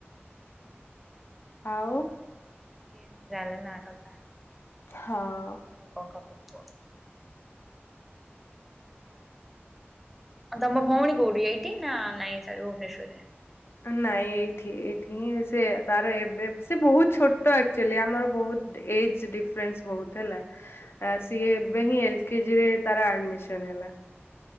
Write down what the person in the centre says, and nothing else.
<unintelligible>
ଆଉ କଣ ଖବର କୁହ। ତମ ଭଉଣୀ କୋଉଠି ଏଇଠି ନା ନାଇଁ ଭୁବନେଶ୍ଵର ରେ।